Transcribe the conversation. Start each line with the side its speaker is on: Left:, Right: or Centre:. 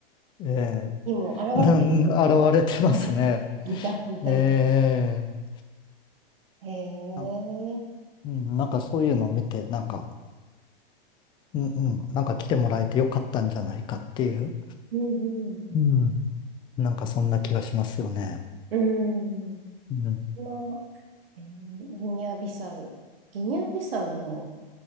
Left: ええ。
Right: にも現れて、
Left: なん、現れてますね。
Right: <laughs> いた、いたりとか。
Left: ええ
Right: へえ。うん
Left: なんか、うん、なんかそういうのを見て、なんか、うんうん、なんか来てもらえてよかったんじゃないかっていう、
Right: うん。
Left: うん、なんかそんな気がしますよね。
Right: うん。
Left: うん、
Right: この、えーギニアビサウ。ギニアビサウの、